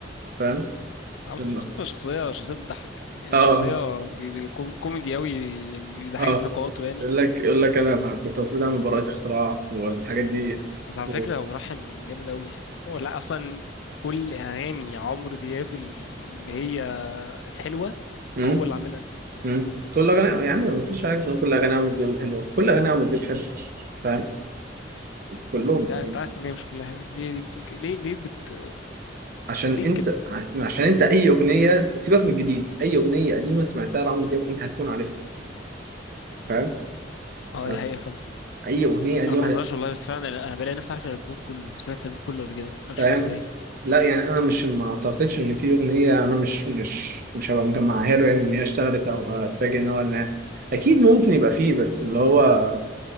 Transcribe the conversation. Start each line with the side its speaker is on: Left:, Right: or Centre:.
Right: فاهم؟
Left: عمرو
Right: إنه-
Left: مصطفى شخصية شخصية بتضحك يعني
Right: اه
Left: شخصية بي- بي- كو- كوميدي أوي بيضحكني
Right: اه
Left: في لقاءاته يعني
Right: يقول لك يقول لك أنا كنت المفروض أعمل براءة اختراع والحاجات دي
Left: بس على
Right: و...
Left: فكرة هو ملحن جامد أوي يعني هو لا أصلا كل أغاني عمرو دياب ال- اللي هي الحلوة
Right: امم
Left: هو اللي عاملها
Right: مم. كل اغاني يا عم مفيش حاجه اسمها كل اغاني عمرو دياب الحلوه كل اغاني عمرو دياب حلوه فاهم كلهم
Left: ده
Right: حلو
Left: أنت عارف إن هي مش كلها يعني. ليه ليه بتقول كده ليه ليه بت
Right: عشان
Left: ليه
Right: انت
Left: كده
Right: عشان انت اي اغنيه سيبك من الجديد اي اغنيه قديمه سمعتها لعمرو دياب انت هتكون عارفها فاهم
Left: أه
Right: هت-
Left: دي حقيقة فعلا
Right: اي اغنيه قديمه
Left: أنا ما بهزرش
Right: هت-
Left: والله بس فعلا أنا أنا بلاقي نفسي عارف الألبوم كله سمعت الألبوم كله قبل كده أنا مش
Right: فاهم
Left: فاهم إزاي
Right: لا يعني انا مش ما اعتقدش ان في اغنيه انا مش مش مش هبقى مجمعها له يعني ان هي اشتغلت او هتفاجئ ان هو انها اكيد ممكن يبقى فيه بس اللي هو